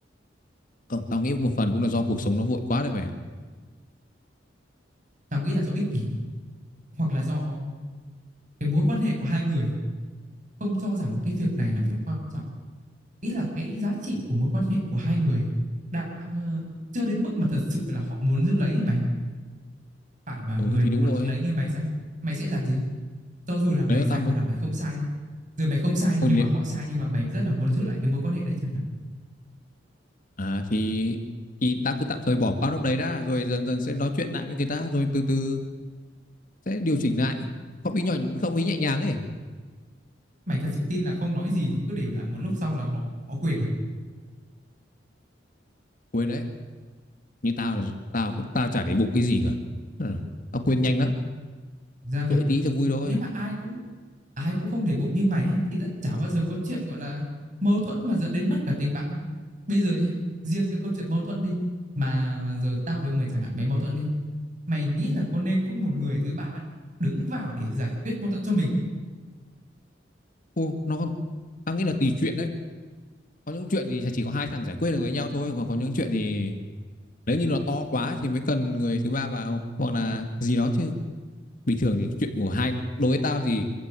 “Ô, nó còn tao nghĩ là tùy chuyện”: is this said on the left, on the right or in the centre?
Left